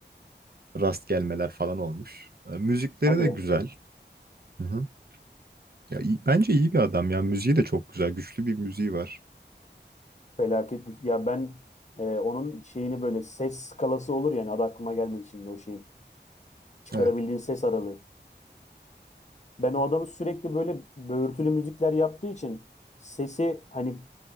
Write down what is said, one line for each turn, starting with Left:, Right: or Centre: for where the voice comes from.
Right: Rast gelmeler falan olmuş. E, müzikleri
Left: Hadi
Right: de
Left: ya.
Right: güzel. Hı hı. Ya, iyi- bence iyi bir adam ya. Müziği de çok güzel. Güçlü bir müziği var.
Left: Felaket. Ya ben e, onun şeyini böyle ses skalası olur yani adı aklıma gelmedi şimdi o şeyin. Çıkarabildiğin
Right: Evet.
Left: ses aralığı. Ben o adamı sürekli böyle böğürtülü müzikler yaptığı için sesi hani